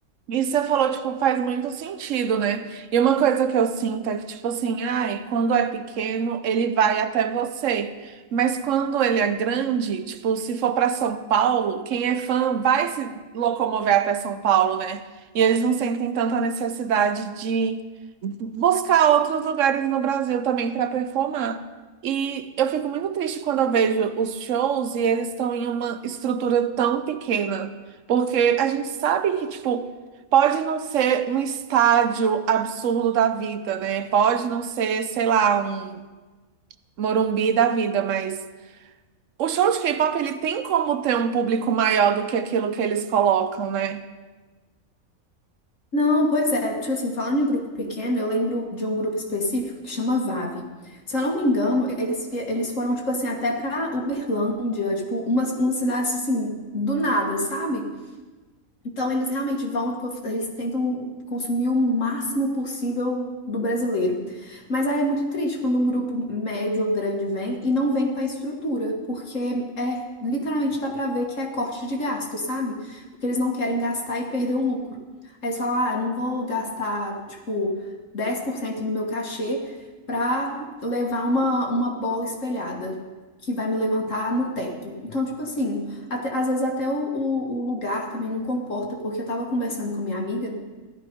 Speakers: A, on the right; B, on the left.
A: Isso você falou, tipo, faz muito sentido, né? E uma coisa que eu sinto é que, tipo assim, ai, quando é pequeno, ele vai até você. Mas quando ele é grande, tipo, se for para São Paulo, quem é fã vai se locomover até São Paulo, né? E eles não sentem tanta necessidade de buscar outros lugares no Brasil também para performar. E eu fico muito triste quando eu vejo os shows e eles estão em uma estrutura tão pequena, porque a gente sabe que, tipo, pode não ser um estádio absurdo da vida, né? Pode não ser, sei lá, um Morumbi da vida, mas o show de K-pop ele tem como ter um público maior do que aquilo que eles colocam, né?
B: Não, pois é, tipo assim, falando de grupo pequeno, eu lembro de um grupo específico que chama VAV. Se eu não me engano, eles, vie- eles foram, tipo assim, até pra Uberlândia, tipo, umas, umas cidades, assim, do nada, sabe? Então, eles realmente vão, tipo, eles tentam consumir o máximo possível do brasileiro. Mas aí é muito triste quando um grupo médio ou grande vem e não vem com a estrutura, porque é literalmente dá pra ver que é corte de gasto, sabe? Porque eles não querem gastar e perder o lucro. Aí eles falam, ah, eu não vou gastar, tipo, 10% do meu cachê pra levar uma, uma bola espelhada. Que vai me levantar no teto. Então, tipo assim, até- às vezes até o, o- o lugar também não comporta, porque eu tava conversando com minha amiga.